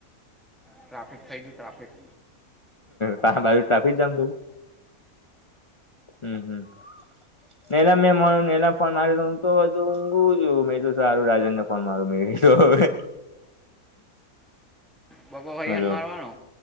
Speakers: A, in the centre; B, on the left (about 55°).
A: ટ્રાફિક થઈ ગયું ટ્રાફિક.
B: તારા બાજુ ટ્રાફિક જામ થયું? હમ્મ-હમ્મ. <unintelligible> હું તો હજુ ઊંઘુ છું મે તો સારું રાજન ને ફોન મારું મે કીધુ હવે.
A: બબો ભાઈ
B: હલો.
A: અન મારવાનો